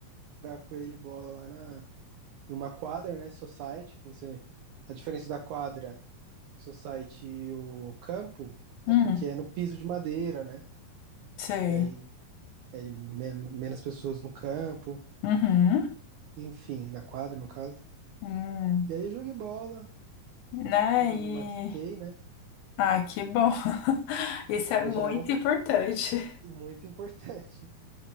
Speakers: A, on the right; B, on the left.
A: jogar com ele bola lá na, em uma quadra, né? Society, que você. A diferença da quadra, society e o campo é
B: uhum,
A: porque é no piso de madeira, né?
B: sei.
A: E aí é men- menos pessoas no campo,
B: Uhum,
A: enfim, na quadra, no caso.
B: hum,
A: E aí eu joguei bola
B: né?
A: e não
B: E.
A: me machuquei, né?
B: Ah, que bom. <laughs> Isso é muito
A: Já é um-
B: importante.
A: muito importante,